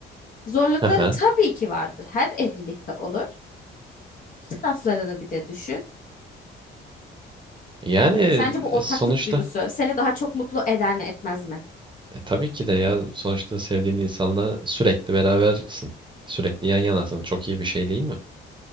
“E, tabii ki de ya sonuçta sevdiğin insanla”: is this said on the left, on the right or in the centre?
Right